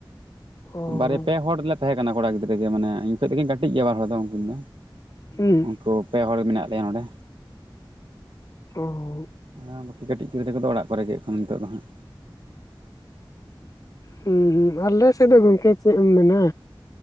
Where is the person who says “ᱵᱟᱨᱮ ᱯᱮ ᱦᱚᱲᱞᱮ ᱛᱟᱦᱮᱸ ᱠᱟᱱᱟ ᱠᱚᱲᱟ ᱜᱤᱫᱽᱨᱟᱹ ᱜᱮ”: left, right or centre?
Right